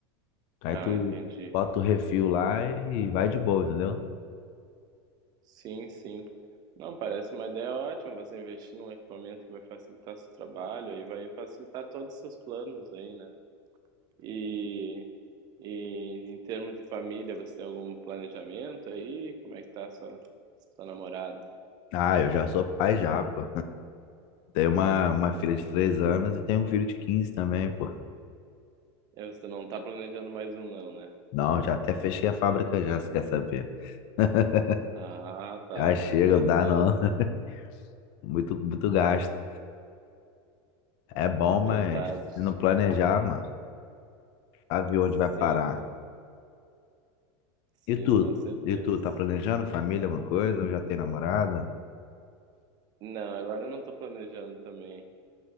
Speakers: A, on the left (about 40°); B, on the right (about 30°).
A: Aí
B: Ah,
A: tu
B: entendi.
A: bota o refil lá e vai de boa, entendeu?
B: Sim, sim. Não, parece uma ideia ótima você investir num equipamento que vai facilitar seu trabalho e vai facilitar todos os seus planos aí, né? E, e em termos de família, você tem algum planejamento aí? Como é que tá sua, sua namorada?
A: Ah, eu já sou pai já, pô. Tem uma, uma filha de três anos e tem um filho de 15 também, pô.
B: É, Você não tá planejando mais um não, né?
A: Não, já até fechei a fábrica já, se quer saber. <laughs>
B: Ah, tá.
A: Já chega,
B: Tá
A: não
B: certo.
A: dá não. <laughs> Muito, muito gasto. É bom,
B: Verdade.
A: mas se não planejar, mano, sabe onde
B: Sim,
A: vai parar.
B: sim,
A: E tu?
B: com certeza.
A: E tu, tá planejando família, alguma coisa? Ou já tem namorada?
B: Não, agora eu não tô planejando também.